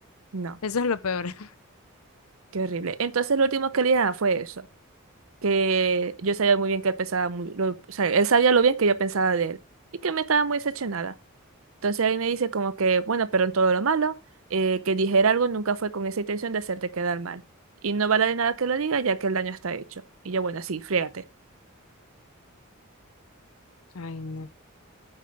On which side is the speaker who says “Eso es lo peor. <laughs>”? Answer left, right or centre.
Left